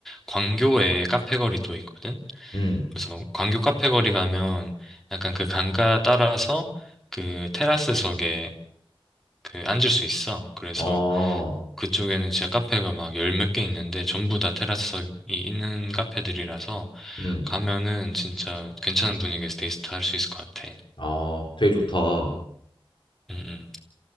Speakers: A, in the centre; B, on the left (about 60°).
A: 광교에 카페 거리도 있거든.
B: 음,
A: 그래서 뭐 광교 카페 거리 가면 약간 그 강가 따라서 그 테라스석에 그 앉을 수 있어. 그래서
B: 어,
A: 그쪽에는 진짜 카페가 막 열 몇 개 있는데 전부 다 테라스석이 있는 카페들이라서
B: 음,
A: 가면은 진짜 괜찮은 분위기에서 데이트 할 수 있을 것 같아.
B: 어, 되게 좋다.
A: 음, 음.